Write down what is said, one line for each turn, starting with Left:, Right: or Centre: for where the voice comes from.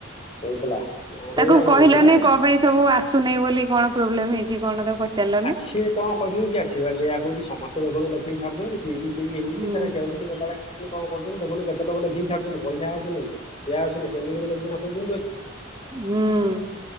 Left: କହୁଥିଲା ନା ସେଇଆ
Right: ତାକୁ କହିଲନି
Left: କହୁଥିଲା
Right: କଣ ପାଇଁ ସବୁ ଆସୁନି ବୋଲି କଣ ପ୍ରୋବ୍ଲେମ ହେଇଛି କଣ ତାକୁ ପଚାରିଲନି?
Left: ଆ ସିଏ କଣ କରିବ କି ଆ ସିଏ ବା ସେଇଆ କହୁଛି ସମସ୍ତେ ଦେଖୁ ଲେଖେକି ଛାୁଡୁଛନ୍ତି ସିଏ ବି। ସେ ଇଏ ହଉଛି
Right: ହୁଁ
Left: ସେରା ସିଆଡୁ ସିଏ <unintelligible> କିଏ କଣ କରୁଛନ୍ତି ଦେଖୁନୁ କେତେ ଲୋକ ଲେଖିକି ଛାଡୁଚନ୍ତି। ପଇସା ଆସୁନି ଇଆ ଆସୁନି। ପେଣ୍ଡିଙ୍ଗରେ ଦେଖୁଛନା କୋଉ ଦିନଠୁ ଅଛି?
Right: ହୁଁ।